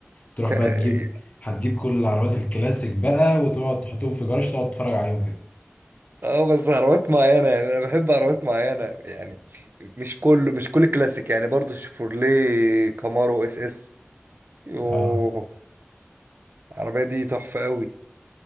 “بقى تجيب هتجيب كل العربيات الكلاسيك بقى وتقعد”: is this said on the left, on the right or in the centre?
Left